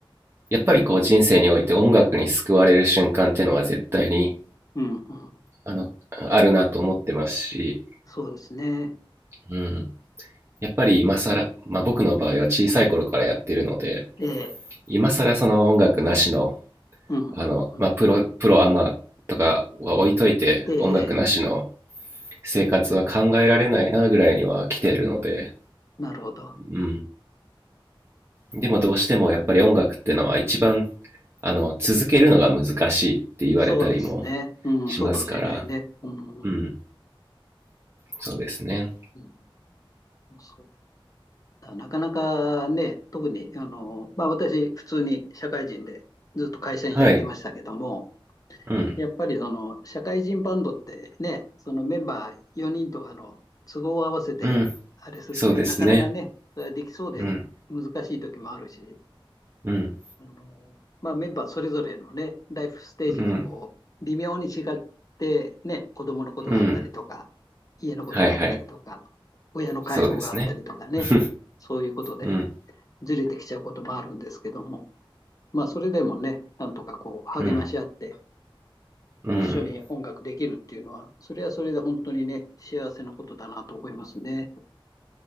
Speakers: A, on the right (about 30°); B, on the left (about 40°).
A: やっぱりこう人生において音楽に救われる瞬間っていうのは絶対に、
B: うん、うん、
A: あの、あるなと思ってますし、
B: そうですね。
A: うん。やっぱり今更、まあ、僕の場合は小さい頃からやってるので
B: ええ、
A: 今更その音楽なしの
B: うんうんうん。
A: あの、まあ、プロプロアマとかは置いといて音楽なしの
B: ええ、ええ
A: 生活は考えられないなぐらいには来ているので、
B: なるほど。
A: うん、でもどうしてもやっぱり音楽ってのは一番あの続けるのが難しいって言われたりも
B: そうですね。うん、
A: しますから
B: そうかもしれないね。うん、
A: うんそうですね
B: うん、そうだなかなかね、特に、あの、まあ私、普通に社会人でずっと会社員やってましたけども、
A: はいうん
B: やっぱりその社会人バンドってね、そのメンバー4人とかの都合を合わせて、
A: うん
B: あれするっていうのはなかなかね、
A: そうですね
B: それはできそうで難しい時もあるし、
A: うんうん
B: あの、まあ、メンバーそれぞれのね、ライフステージがこう、
A: うん
B: 微妙に違って、ね、子供のことがあったりとか、
A: うん
B: 家のことがあったりとか、
A: はいはい
B: 親の介護があったりとかね、
A: そうですね <laughs>
B: そういうことで
A: うん、
B: ずれてきちゃうこともあるんですけども、まあ、それでもね、なんとかこう、励まし合って、
A: うん、うん。
B: 一緒に音楽できるっていうのは、それはそれで本当にね、幸せなことだなと思いますね。